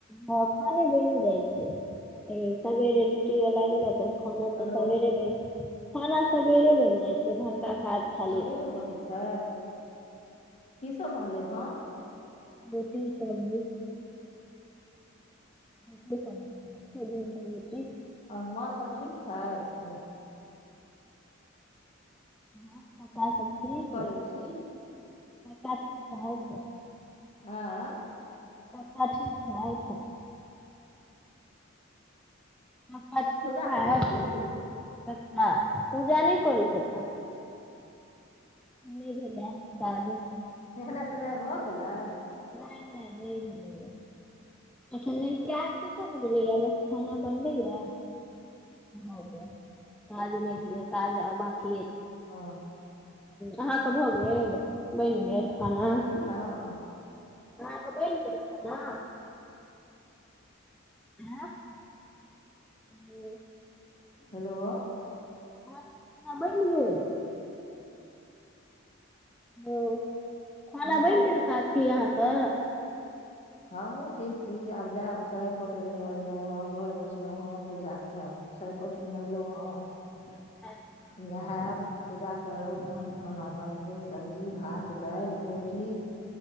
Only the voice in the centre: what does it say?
हँ खाने बैने जाइ छै सबरे डटला खाना तऽ
सबेरे बैन खाना सबेरे बैन जाइ छै भोड़का काज खाली
रोटी सब्जि रोटी सब्जी दिन के रोटी
ह कका सब ठीक
कका ठिक रहैथ
पाच छै त का ठीक
ठाक
का पूजा नहि करै छैन नहि भेलै काज
नहि नहि न मलै यय अखन नहि काज किच्छो नै भेलै य बस खाना बनलै य ह जा काज नहि गेल लै काज आ बकी
अहाँके भऽ गेल बैन गेल खाना
आहाँ के बैन गेल खाना आँ ओ
आ न बनी गेलल ओ खाना
बनि
गेल काकी अहाँके
अच्छा